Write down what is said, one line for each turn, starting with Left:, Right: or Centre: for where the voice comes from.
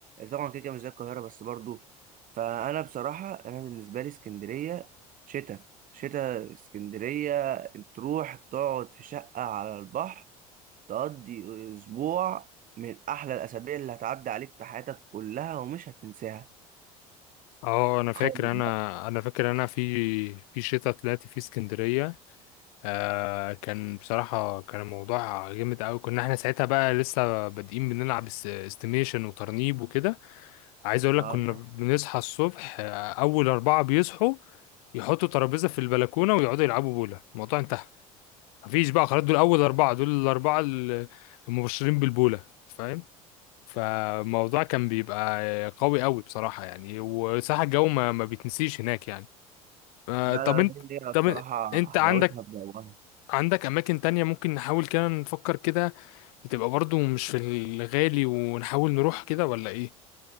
Right: طبعا كده كده مش زي القاهرة بس برضو فأنا بصراحة أنا بالنسبة لي اسكندرية شتاء شتاء اسكندرية تروح تقعد في شقة على البحر تقضي أسبوع من أحلى الأسابيع اللي هتعدي عليك في حياتك كلها ومش هتنساها
Left: اه انا فاكر
Right: خالص
Left: انا
Right: بقى
Left: انا فاكر انا في في شتاء طلعت في اسكندريه آه كان بصراحه كان الموضوع جامد قوي كنا احنا ساعتها بقى لسه بادئين بنلعب اس- استيميشن وترنيب وكده عايز اقول لك
Right: آه.
Left: كنا بنصحى الصبح آه اول اربعه بيصحوا يحطوا ترابيزه في البلكونه ويقعدوا يلعبوا بوله الموضوع انتهى مفيش بقى خلاص دول اول اربعه دول الاربعه ال- المبشرين بالبوله فاهم فالموضوع كان بيبقى قوي قوي بصراحة يعني وصح الجو ما, ما بيتنسيش هناك يعني آه،
Right: لا
Left: طب انت
Right: لا لا هي
Left: طب
Right: بصراحة
Left: انت
Right: حلاوتها
Left: عندك
Right: في جوها
Left: عندك اماكن تانية ممكن نحاول كده نفكر كده بتبقى برضو مش في الغالي ونحاول نروح كده ولا ايه